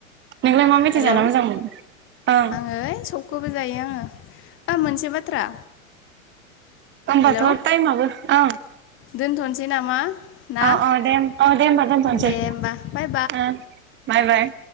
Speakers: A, on the right; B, on the left.
A: नोंलाय मा मिथाइ
B: हेलौ
A: जाना मोजां मोनो ओं
B: आङो ओइ सबखौबो जायो आङो ओ मोनसे बाथ्रा
A: ओमबाथ
B: हेलौ
A: टाइमाबो ओं
B: दोनथनोसै नामा? ना
A: अ अ दे अ दे होमबा दोनथनोसै
B: दे होमबा बाय
A: बाय बाय